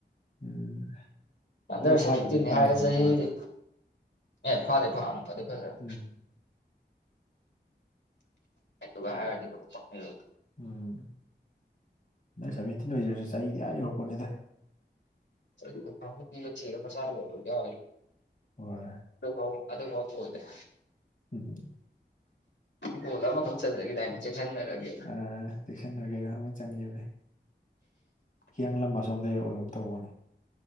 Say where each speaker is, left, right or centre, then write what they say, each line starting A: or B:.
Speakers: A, on the left (about 45°); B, on the left (about 80°).
A: ꯎꯝ
B: ꯑꯟꯗꯔ
A: ꯑꯗꯨ
B: ꯁꯦꯚꯦꯟꯇꯤꯟꯅꯤ
A: ꯐꯥꯕꯨꯗꯤ ꯐꯥꯏ
B: ꯍꯥꯏꯔꯒ
A: ꯑꯗꯨꯝ
B: ꯆꯍꯤꯗꯤ
A: ꯃꯥ
B: ꯑꯦ ꯐꯥꯗꯤ ꯐꯥ ꯐꯗꯤ ꯐꯖꯝ
A: ꯎꯝ
B: ꯑꯗꯨꯒ ꯍꯥꯏꯔꯨꯔꯗꯤ <unintelligible>
A: ꯎꯝ ꯑꯟꯗꯔ ꯁꯚꯦꯟꯇꯤꯟ ꯑꯣꯏꯖꯔꯁꯨ ꯆꯍꯤꯗꯤ ꯑꯥ ꯌꯧꯔꯛꯄꯣꯠꯅꯤꯗ
B: <unintelligible> ꯊꯤꯔ ꯃꯆꯥ ꯂꯩꯕ ꯌꯥꯎꯏ <unintelligible>
A: ꯍꯣꯏ
B: ꯑꯗꯨ ꯐꯥꯎ ꯑꯗꯨ ꯐꯥꯎ <unintelligible> ꯗ‌ꯦ
A: ꯎꯝ
B: ꯒꯣꯜ ꯑꯃꯈꯛ ꯆꯟꯖꯒꯤꯗꯥꯏꯅꯦ ꯖꯦꯛꯁꯟ ꯅꯔ ꯀꯩꯅ‌ꯣ
A: ꯑꯥ ꯖꯦꯛꯁꯟꯅꯔ ꯀꯩꯅꯣ ꯑꯃ ꯆꯟꯈꯤꯝꯅꯦ ꯍꯤꯌꯥꯡꯂꯝ ꯑꯁꯣꯝꯗꯩ ꯑꯣꯏꯒꯨꯝ ꯇꯧꯕꯅ‌ꯦ